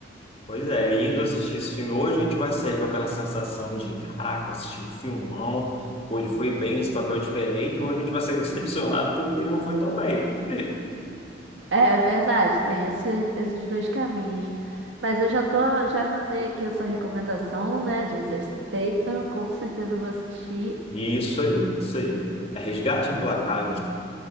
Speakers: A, on the left (about 30°); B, on the right (about 80°).
A: Pois é, indo assistir esse filme hoje, a gente vai sair com aquela sensação de, caraca, assisti um filmão, pô, ele foi bem nesse papel diferente, hoje a gente vai ser <laughs> decepcionado porque ele não foi tão bem, não foi?
B: É verdade, tem esses, esses dois caminhos. Mas eu já tô, já anotei aqui a sua recomendação, né? Jason Statham, com certeza eu vou assistir.
A: Isso aí, isso aí. É Resgate Implacável.